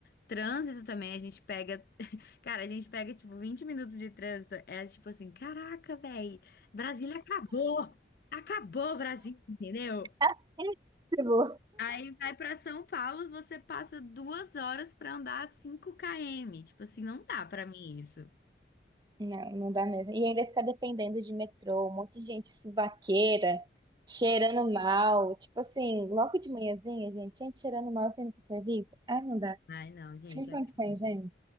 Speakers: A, on the left (about 55°); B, on the right (about 25°).
A: Trânsito também, a gente pega. <laughs> Cara, a gente pega, tipo, 20 minutos de trânsito. É tipo assim: caraca, véi, Brasília acabou! Acabou, Brasília, entendeu?
B: <laughs> Tipo,
A: Aí vai pra São Paulo, você passa duas horas pra andar cinco km. Tipo assim, não dá pra mim isso.
B: Não, não dá mesmo. E ainda ficar dependendo de metrô, um monte de gente suvaqueira, cheirando mal. Tipo assim, logo de manhãzinha, gente, gente cheirando mal saindo pro serviço. Ah, não dá.
A: Ai, não, gente,
B: Sem
A: é
B: condições,
A: terrível.
B: gente.